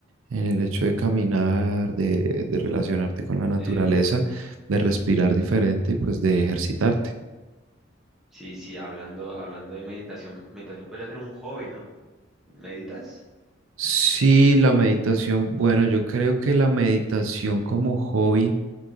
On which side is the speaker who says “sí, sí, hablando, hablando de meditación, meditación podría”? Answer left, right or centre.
Centre